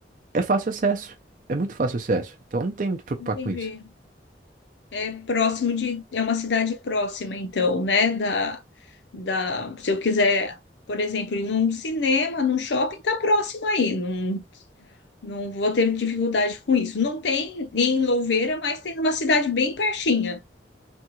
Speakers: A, on the right; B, on the left.
A: é fácil acesso. É muito fácil acesso. Então não tem muito que preocupar
B: entendi.
A: com isso.
B: É próximo de, é uma cidade próxima, então, né? Da, da, se eu quiser, por exemplo, ir num cinema, num shopping, tá próximo aí, não, não vou ter dificuldade com isso. Não tem em Louveira, mas tem numa cidade bem pertinha.